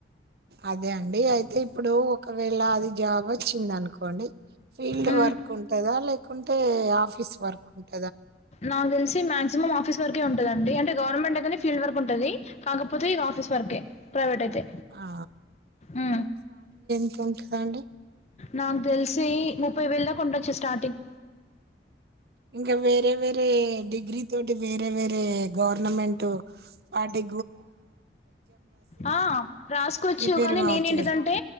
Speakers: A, on the right; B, on the left.
A: అదే అండి అయితే ఇప్పుడు ఒకవేళ అది జాబ్ వచ్చింది అనుకోండి ఫీల్డ్
B: మ్మ్.
A: వర్క్ ఉంటదా లేకుంటే ఆఫీస్ వర్క్ ఉంట
B: నాకు తెలిసి మాక్సిమం ఆఫీస్ వర్కే ఉంటదండి అంటే గవర్నమెంట్ అయితనే ఫీల్డ్ వర్క్ ఉంటది కాకపోతే ఇగ ఆఫీస్ వర్కే ప్రైవేట్ అయితే
A: ఆ
B: ఉ
A: తిన్కుకాండీ
B: నాకు తెలిసి ముప్పై వేలు దాకా ఉండచ్చు స్టార్టింగ్
A: ఇంకా వేరే వేరే డిగ్రీ తోటి వేరే వేరే గవర్నమెంట్ వాటి
B: ఆ రాసుకోవచ్చు
A: ప్రిపేర్
B: కానీ
A: కావచ్చు
B: నేనేంటిదంటే
A: కదా